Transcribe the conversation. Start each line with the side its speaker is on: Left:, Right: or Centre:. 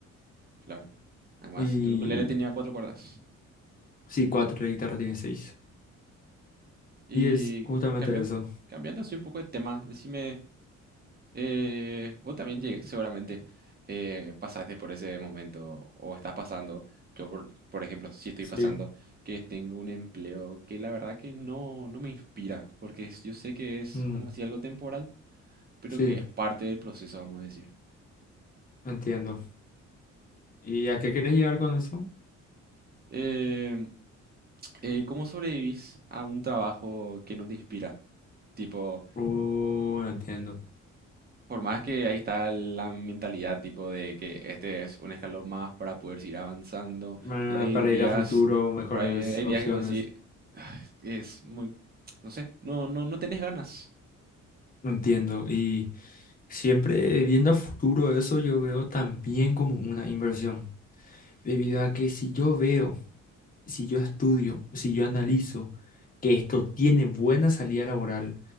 Right: claro. Además,
Left: Y
Right: el ukelele tenía cuatro cuerdas.
Left: sí, cuatro, la guitarra tiene seis.
Right: Y
Left: Y es justamente
Right: cambiando,
Left: eso.
Right: cambiando así un poco de tema, decime, Eh, vos también llegué- seguramente eh, pasaste por ese momento o estás pasando. Yo, por, por ejemplo, sí estoy
Left: Sí,
Right: pasando que tengo un empleo que la verdad que no, no me inspira, porque es- yo sé que es,
Left: mm,
Right: vamos a decir, algo temporal, pero
Left: sí,
Right: que es parte del proceso, vamos a decir.
Left: entiendo. ¿Y a qué quieres llegar con eso?
Right: Em, eh, ¿cómo sobrevivís a un trabajo que no te inspira? Tipo,
Left: Oh, entiendo.
Right: Por más que ahí está la mentalidad tipo de que este es un escalón más para poder seguir avanzando,
Left: eh,
Right: pero hay
Left: para
Right: días,
Left: ir a futuro, mejores
Right: por ahí hay,
Left: opciones.
Right: días que vos decís, "Ay, es muy, no sé, no, no, no tenés ganas.
Left: Entiendo. Y siempre viendo a futuro eso, yo veo también como una inversión. Debido a que si yo veo, si yo estudio, si yo analizo que esto tiene buena salida laboral,